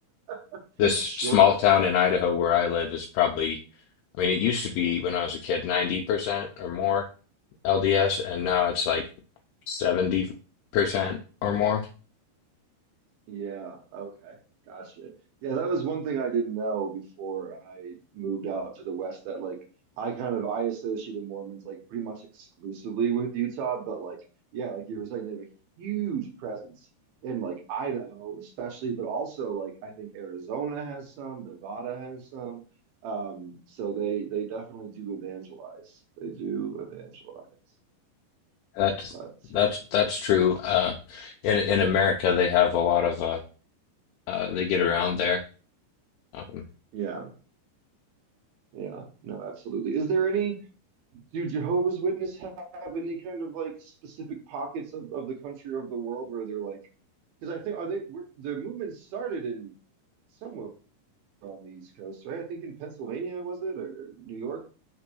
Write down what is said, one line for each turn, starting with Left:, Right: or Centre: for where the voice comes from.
Right: <laughs>
Left: This
Right: Sure.
Left: small town in Idaho where I live is probably, I mean, it used to be when I was a kid, 90% or more LDS, and now it's like 70% or more.
Right: Yeah, okay. Gotcha. Yeah, that was one thing I didn't know before I moved out to the West that like I kind of I associated Mormons like pretty much exclusively with Utah, but like yeah, like you were saying, they have a huge presence in like Idaho especially, but also like I think Arizona has some, Nevada has some. Um, so they they definitely do evangelize. They do evangelize.
Left: That's
Right: But
Left: that's
Right: um,
Left: that's true. Uh, in in America, they have a lot of uh. uh, they get around there. Um,
Right: yeah, yeah, no, absolutely. Is there any do Jehovah's Witness have any kind of like specific pockets of, of the country or of the world where they're like, because I think are they were, their movement started in somewhere on the East Coast, right? I think in Pennsylvania was it or New York?